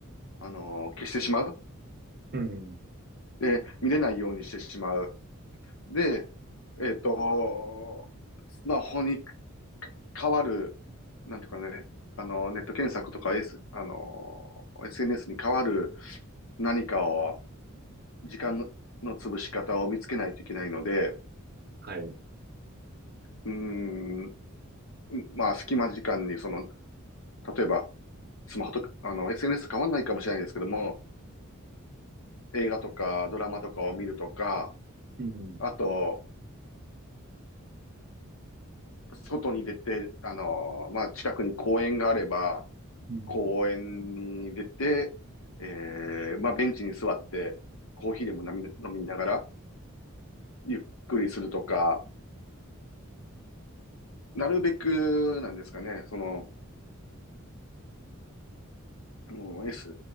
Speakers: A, on the left (about 70°); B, on the right (about 45°).
A: あのー消してしまう。
B: うん
A: で、見れないようにしてしまう。で、えっと、スマホに変わる、なんていうかね、あの、ネット検索とか、S、あの、SNS に変わる何かを、時間のの潰し方を見つけないといけないので、
B: はい。う
A: うーん、まあ、隙間時間に、その、例えば、スマホとか、あの、SNS 変わんないかもしれないですけども、映画とかドラマとかを見るとか、
B: ん。
A: あと、外に出て、あの、まあ、近くに公園があれば、
B: うん
A: 公園に出て、えー、まあ、ベンチに座って、コーヒーでも飲み、飲みながら、ゆっくりするとか、なるべくなんですかね、その、もう S、